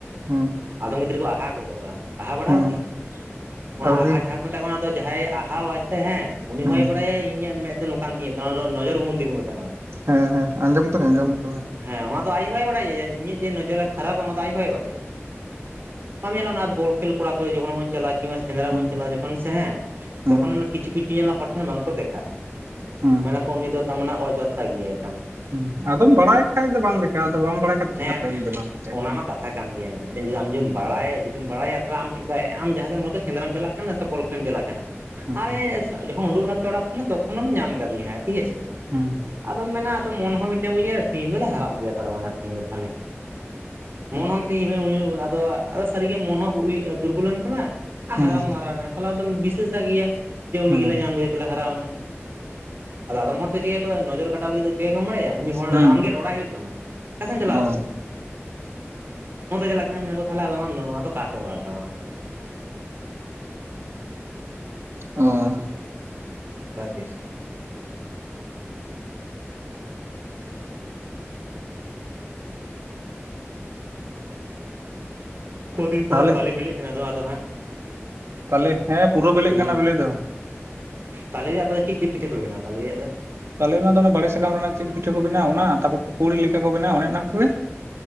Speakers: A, on the right (about 70°); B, on the right (about 55°).
A: ᱦᱩᱸ,
B: ᱟᱫᱚᱢ ᱜᱤᱫᱽᱨᱟᱹ ᱠᱚ ᱟᱦᱟ ᱜᱚᱫᱚᱜ-ᱟ, ᱟᱦᱟ ᱵᱟᱲᱟᱣ
A: ᱦᱩᱸ
B: ᱠᱟᱱᱟᱢ? ᱚᱱᱟ
A: ᱟᱹᱣᱨᱤ
B: ᱟᱦᱟ ᱡᱟᱸᱦᱟ ᱠᱚ ᱢᱮᱛᱟᱜ ᱠᱟᱱᱟ ᱚᱱᱟ ᱫᱚ ᱡᱟᱸᱦᱟᱭ ᱟᱦᱟᱣ ᱟᱭ ᱥᱮ ᱦᱮᱸ, ᱩᱱᱤ
A: ᱦᱩᱸ
B: ᱦᱚᱭ ᱵᱟᱲᱟᱭᱟ ᱤᱧᱟᱹᱜ ᱢᱮᱫ ᱫᱚ ᱱᱚᱝᱠᱟᱱ ᱛᱤᱧᱟᱹ ᱾ ᱱᱚᱣᱟ ᱫᱚ ᱱᱚᱡᱚᱨ ᱵᱚᱱᱫᱤ ᱠᱚ ᱢᱮᱛᱟᱜᱼᱟ ᱚᱱᱟ ᱫᱚ
A: ᱦᱮᱸ ᱦᱮᱸ ᱟᱸᱡᱚᱢ ᱫᱚᱧ ᱟᱸᱡᱚᱢ ᱠᱟᱫᱟ ᱾
B: ᱦᱮᱸ ᱚᱱᱟ ᱫᱚ ᱟᱡ ᱦᱚᱸ ᱵᱟᱭ ᱵᱟᱲᱟᱭᱟ ᱤᱧᱟᱹᱜ ᱡᱮ ᱱᱚᱡᱚᱨᱟ ᱠᱷᱟᱨᱟᱯᱟ ᱚᱱᱟ ᱫᱚ ᱟᱡ ᱦᱚᱸ ᱵᱟᱭ ᱵᱟᱰᱟᱭᱟ ᱾ ᱵᱟᱢ ᱧᱮᱞᱟ ᱚᱱᱟ ᱵᱚᱞ ᱠᱷᱮᱹᱞ ᱠᱚᱲᱟ ᱠᱚ ᱡᱚᱠᱷᱚᱱ ᱵᱚᱱ ᱪᱟᱞᱟᱜ-ᱟ ᱠᱤᱝᱵᱟ ᱥᱮᱸᱫᱽᱨᱟ
A: ᱦᱩᱸ
B: ᱵᱚᱱ ᱪᱟᱞᱟᱜ-ᱟ ᱡᱚᱠᱷᱚᱱ ᱥᱮ ᱦᱮᱸ
A: ᱦᱩᱸ
B: ᱛᱚᱠᱷᱚᱱ ᱢᱟᱱᱮ ᱠᱤᱪᱷᱩ ᱠᱤᱪᱷᱩ ᱧᱮᱞᱟ ᱦᱚᱲ ᱴᱷᱮᱱ ᱵᱟᱝ ᱠᱚ ᱫᱮᱠᱷᱟᱜ-ᱟ ᱾
A: ᱦᱩᱸ
B: ᱢᱟᱱᱮ ᱠᱚ ᱩᱱᱤ ᱫᱚ ᱛᱟᱨᱢᱟᱱᱮ ᱚᱡᱟᱛᱛᱟ ᱜᱮᱭᱟᱭ ᱛᱟᱨᱢᱟᱱᱮ ᱾
A: ᱦᱩᱸ ᱟᱫᱚᱢ ᱵᱟᱲᱟᱭ ᱠᱷᱟᱡ ᱫᱚ ᱵᱟᱝ ᱫᱮᱠᱟᱷᱜᱼᱟ ᱟᱫᱚ ᱵᱟᱢ ᱵᱟᱲᱟᱭ ᱠᱷᱟᱡ ᱫᱚ
B: ᱦᱮᱸ
A: ᱪᱮᱠᱟᱛᱮ ᱫᱚ ᱵᱟᱝ ᱪᱮ
B: ᱚᱱᱟ ᱢᱟ ᱠᱟᱛᱷᱟ ᱠᱟᱱ ᱜᱮᱭᱟ ᱢᱤᱫᱴᱮᱱ ᱡᱩᱫᱤ ᱟᱢ ᱡᱩᱫᱤᱢ ᱵᱟᱲᱟᱭᱟ ᱡᱩᱫᱤᱢ ᱵᱟᱲᱟᱭᱟ ᱛᱟᱦᱮ ᱟᱢ ᱪᱮᱠᱟ ᱟᱢ ᱡᱟᱸᱦᱟ ᱥᱮᱢ ᱦᱚᱭᱛᱚ ᱥᱮᱸᱫᱽᱨᱟᱢ ᱪᱟᱞᱟᱜ ᱠᱟᱱᱟ ᱥᱮ ᱵᱚᱞ ᱠᱷᱮᱹᱞᱮᱢ ᱪᱟᱞᱟᱜ ᱠᱟᱱᱟ
A: ᱦᱩᱸ
B: ᱟᱨᱮ ᱡᱚᱠᱷᱚᱱᱮᱢ ᱳᱰᱳᱝ ᱱᱟ ᱚᱲᱟᱜ ᱠᱷᱚᱱᱟᱜ ᱛᱚᱠᱷᱚᱱᱮᱢ ᱧᱟᱢ ᱠᱟᱫᱮᱭᱟ ᱦᱟᱸᱜ ᱴᱷᱤᱠ ᱟᱪᱷᱮ ᱾
A: ᱦᱩᱸ ᱾
B: ᱟᱫᱚᱢ ᱢᱮᱱᱟ ᱟᱫᱚ ᱢᱚᱱ ᱦᱚᱸ ᱢᱤᱫᱴᱮᱱ ᱩᱭᱦᱟᱹᱨᱟ ᱛᱮᱦᱮᱧ ᱫᱚᱞᱮ ᱦᱟᱨᱟᱜ ᱜᱮᱭᱟ ᱛᱟᱨᱢᱟᱱᱮ ᱛᱮᱦᱮᱧ ᱫᱚ ᱛᱟᱦᱚᱞᱮ ᱾ ᱢᱚᱱ ᱦᱚᱸ ᱢᱤᱫᱴᱮᱱ <unintelligible> ᱟᱫᱚ, ᱟᱫᱚ ᱥᱟᱹᱨᱤᱜᱮ ᱢᱚᱱ ᱦᱚᱸ ᱩᱭᱦᱟᱹ ᱫᱩᱨᱵᱚᱞᱮᱢ <unintelligible> ᱟᱨ
A: ᱦᱩᱸ
B: ᱦᱟᱨᱟᱣ ᱦᱚᱸ ᱦᱟᱨᱟᱣ ᱱᱟ ᱛᱟᱦᱚᱞᱮ ᱟᱫᱚᱢ ᱵᱤᱥᱟᱹ ᱥᱟᱜ ᱜᱮᱭᱟ ᱩᱱᱤ
A: ᱦᱩᱸ
B: ᱜᱮᱞᱮ ᱧᱟᱢ ᱞᱮᱫᱮ ᱛᱮᱞᱮ ᱦᱟᱨᱟᱣ ᱱᱟ, ᱟᱫᱚ ᱟᱫᱚᱢ ᱦᱚᱲ ᱫᱚ ᱪᱤᱠᱟᱹᱭᱟ ᱠᱚ ᱠᱚᱣᱟ ᱱᱚᱡᱚᱨ ᱠᱟᱴᱟᱣ ᱞᱟᱹᱜᱤᱫ ᱫᱚ ᱪᱤᱠᱟᱹᱭᱟ ᱠᱚᱢ ᱵᱟᱲᱟᱭᱟ? ᱩᱱᱤ ᱦᱚᱲ
A: ᱦᱩᱸ
B: ᱟᱢ ᱜᱮ ᱨᱚᱲᱟᱭ ᱦᱳᱭᱳᱜ ᱛᱟᱢᱟ ᱚᱠᱟ ᱥᱮ ᱮᱢ ᱪᱟᱞᱟᱣ
A: ᱚ
B: ᱞᱮᱱᱟ? ᱚᱱᱛᱮ ᱪᱟᱞᱟᱜ ᱠᱟᱱᱟ ᱟᱫᱚ ᱛᱟᱦᱚᱞᱮ ᱟᱫᱚ ᱱᱚᱣᱟ ᱫᱚ ᱠᱟᱴᱚᱜ-ᱟ ᱛᱟ ᱚᱱᱟ ᱫᱚ᱾
A: ᱚᱸ ᱾
B: ᱚᱱᱠᱟ ᱥᱤᱥᱴᱮᱢ ᱠᱟᱱᱟ᱾ ᱠᱚ ᱫᱤᱱ ᱯᱚᱨ
A: ᱛᱟᱦᱚᱞᱮ
B: ᱛᱟᱞᱮᱹ ᱵᱮᱞᱮᱜ ᱠᱟᱱᱟ ᱟᱫᱚ ᱟᱫᱚ ᱟᱫᱚ ᱦᱟᱸᱜ
A: ᱛᱟᱞᱮᱹ ᱦᱮᱸ ᱯᱩᱨᱟᱹ ᱵᱮᱞᱮᱜ
B: ᱦᱩᱸ
A: ᱠᱟᱱᱟ ᱵᱮᱞᱮ ᱫᱚ ᱾
B: ᱛᱟᱞᱮ ᱟᱯᱮ ᱫᱚ ᱪᱮᱫ ᱪᱮᱫ ᱯᱤᱴᱷᱟᱹ ᱯᱮ ᱵᱮᱱᱟᱣᱟ ᱛᱟᱞᱮ ᱨᱮᱭᱟᱜ ᱫᱚ?
A: ᱛᱟᱞᱮ ᱨᱮᱱᱟᱜ ᱚᱱᱟ ᱫᱚ ᱵᱟᱲᱮ ᱥᱟᱠᱟᱢ ᱨᱮᱱᱟᱜ ᱪᱮᱫ ᱯᱤᱴᱷᱟᱹ ᱠᱚ ᱵᱮᱱᱟᱣ ᱚᱱᱟ, ᱛᱟᱨᱯᱚᱨ ᱯᱩᱠᱩᱲᱤ ᱞᱮᱠᱟ ᱠᱚ ᱵᱮᱱᱟᱣ ᱚᱱᱮ ᱚᱱᱟ ᱠᱚᱜᱮ